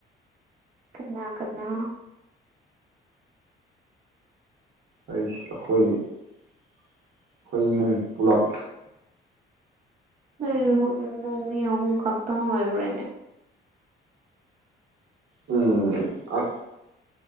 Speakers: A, on the right; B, on the right.
A: ꯀꯅꯥ ꯀꯅꯥ
B: ꯑꯩꯁ ꯑꯩꯈꯣꯏ ꯑꯩꯈꯣꯏ ꯏꯃꯨꯡ ꯄꯨꯂꯞ
A: ꯑꯣꯃꯤ ꯏꯃꯨꯡꯑꯍꯨꯝ ꯈꯛꯇꯪ ꯑꯣꯏꯕ꯭ꯔꯥꯅꯦ
B: ꯎꯝ ꯑ